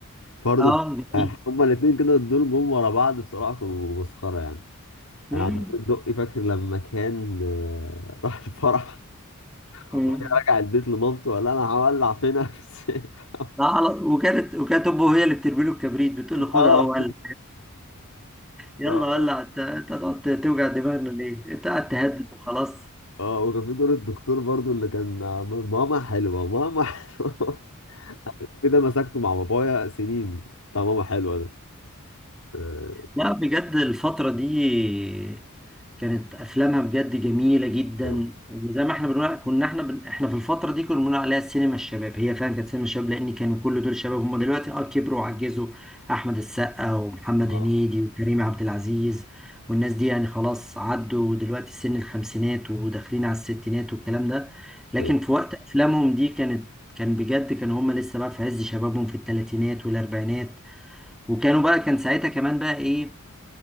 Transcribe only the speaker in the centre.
اه
جميل
مم.
مم.
لا على وكانت وكانت امه هي اللي بترمي له الكبريت بتقول له خدها
اهو قال يلا
ولع انت انت هتقعد توجع دماغنا ليه؟ انت قاعد تهدد وخلاص
لا بجد الفترة دي كانت أفلامها بجد جميلة جدا
وزي ما احنا بنقول كنا احنا بن... احنا في الفترة دي كنا بنقول عليها سينما الشباب هي فعلا كانت سينما الشباب لأن كانوا كل دول شباب هم دلوقتي اه كبروا وعجزوا أحمد السقا ومحمد
هنيدي وكريم عبد العزيز والناس دي يعني خلاص عدوا دلوقتي سن الخمسينات وداخلين على الستينات والكلام ده لكن
في وقت أفلامهم دي كانت كان بجد كانوا هم لسه بقى في عز شبابهم في الثلاثينات والأربعينات وكانوا بقى كان ساعتها كمان بقى ايه